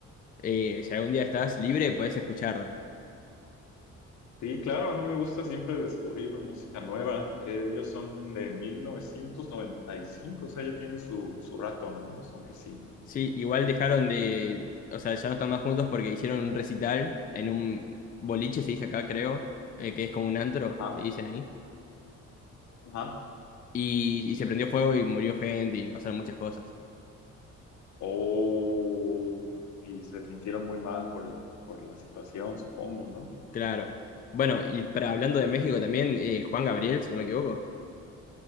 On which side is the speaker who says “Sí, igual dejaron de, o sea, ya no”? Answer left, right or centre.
Left